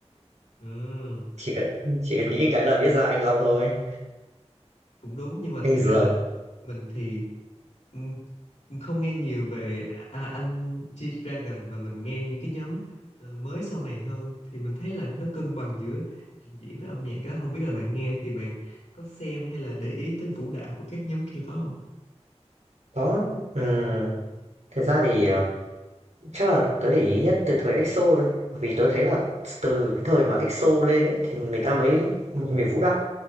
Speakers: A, on the left; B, on the right.
A: Ừm,
B: chỉ cần chỉ cần nghĩ cái là biết ra anh Long thôi,
A: cũng đúng nhưng mà
B: anh
A: thiệt ra
B: Giàu.
A: là mình thì ừm, không nghe nhiều về à, anh G-Dragon mà mình nghe những cái nhóm ờ, mới sau này hơn thì mình thấy là nó cân bằng giữa trình diễn với âm nhạc á không biết là bạn nghe thì bạn có xem hay là để ý tới vũ đạo của các nhóm K-pop không
B: Đó, ừm, thật ra thì, ờ Chắc là tớ để ý nhất từ thời EXO thôi, bởi vì tớ thấy là từ cái thời mà EXO lên ấy thì người ta mới một người vũ đạo.